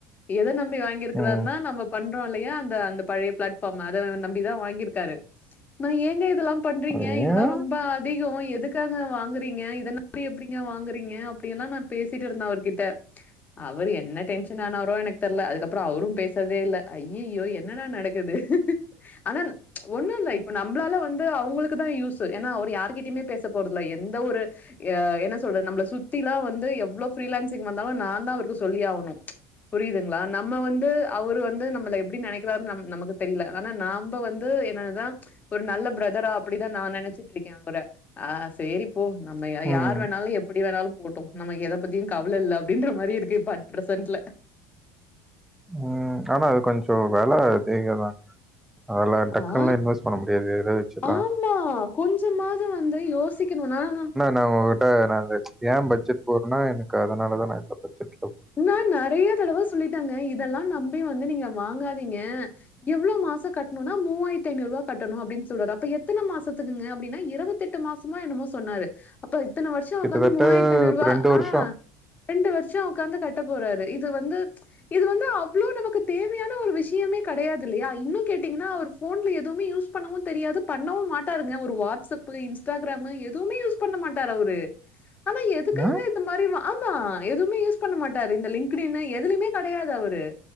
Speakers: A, on the left; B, in the centre.
A: எத நம்பி வாங்கியிருக்கிறாருன்னா
B: ம்.
A: நம்ம பண்றோ இல்லையா அந்த அந்த பழைய பிளாட்பார்ம் அத நம்பிதா வாங்கியிருக்காரு நா ஏங்க இதெல்லா பண்றீங்க
B: ஏன்?
A: இதெல்லா ரொம்ப அதிகோ எதுக் க்காங்க வாங்குறீங்க இத நம்பி எப்டிங்க வாங்குறீங்க அப்படி எல்லா நா பேசிட்டு இருந்த அவர்கிட்ட அவர் என்ன டென்ஷன் ஆனரோ எனக் தெர்ல அதுக்கப்பறோம் அவரு பேசர்தே இல்ல ஐயையோ என்னடா நடக்குது ஆனா ஒண்ணுல்ல இப்ப நம்மளால வந்து அவங்களுக்கு தான் யூஸ் ஏன்னா அவரு யாருகிட்டயுமே பேச போறதல எந்த ஒரு ஆ என்ன சொல்றது நம்மள சுத்தில்லா வந்து எவ்ளோ ஃரீலான்சிங் வந்தாலு நா தா அவருக்கு சொல்லி ஆகணு புரியுது கள நம்ம வந்து அவரு வந்து நம்மள எப்படி நெனைக்கிறாரு நம் நமக்கு தெரியல ஆனா நாம வந்து என்னன்னதா ஒரு நல்ல பிரதரா அப்டிதா நா நெனச்சிட்டு இருக்க அவர ஆ செரி போ நம்ம யா
B: ம்,
A: யார் வேணாலு எப்டி வேணாலு போட் டு நமக்கு எத பத்திய கவல இல்ல அப்டின்ற மாரி இருக்கு இப்ப அ பிரசன்ட்ல
B: ம் ஆனா அது கொஞ்சோ வெலா அதிகதா அதல டக்குன்னலா
A: ஆ
B: இன்வெஸ்ட் பண்ண முடியாது இத வச்சுலா
A: ஆமா கொஞ்சமாது வந்து யோசிக்கணுனா நம்
B: நா உங்ககிட்டான் ஏன் பட்ஜெட் போறனா எனக்கு அதனால தா நா பட்ஜெட்
A: நா நெறைய தடவ சொல்லிட்டாங்க இதெல்லா நம்பி வந்து நீங்க வாங்காதீங்க எவ்ளோ மாசோ காட்டுன்னா மூவாயிரி ஐநூறுபா கட்டணு அப்டின் சொல்றாரு அப்ப எத்தன மாசத்துக்குாங்க அப்டின்னா இருபத்தெட்டு மா சமோ என்னமோ சொன்னாரு அப்ப இத்தன வருஷோ
B: கிட்டத்தட்ட
A: உக்காந்து மூவாயிரத் ஐநூறுரூபா
B: ரெண்டு வருஷம்
A: ஆ ரெண்டு வருஷம் உக்காந்து கட்ட போறாரு இது வந்து இது வந்து அவ்ளோ நமக்கு தேவையான ஒரு விஷயமே கிடையாது இல்லையா இன்னு கேட்டீங்கன்னா அவர் ஃபோன்ல எதுவுமே யூஸ் பண்ணவு தெரியாது பண்ணவு மாட்டாருங்க ஒரு வாட்ஸ்அப் இன்ஸ்டாகிராமு எதுவுமே யூஸ் பண்ண மாட்டார் அவரு ஆனா எத்
B: ஆ
A: இந்த மாரி ஆமா எதுவுமே யூஸ் பண்ண மாட்டாரு இந்த லிங்டினு எதுலயுமே கெடையாது அவரு